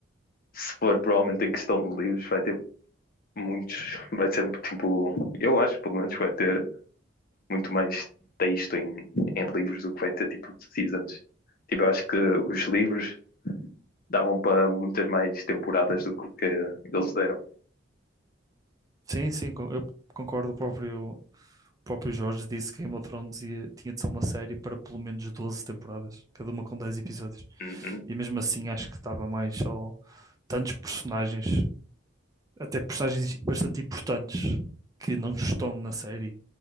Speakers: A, on the left (about 50°); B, on the right (about 20°).
A: se for provavelmente em questão de livros, vai ter muitos, vai ser tipo, eu acho pelo menos vai ter muito mais texto em, em livros do que vai ter tipo de seasons. Tipo, eu acho que os livros davam para muitas mais temporadas do que, o que eles deram.
B: Sim, sim, con- eu concordo. O próprio, o próprio Jorge disse que Game of Thrones ia- tinha de ser uma série para pelo menos 12 temporadas, cada uma com 10 episódios.
A: Uhum,
B: E mesmo assim acho que estava mais só tantos personagens, até personagens bastante importantes que não estão na série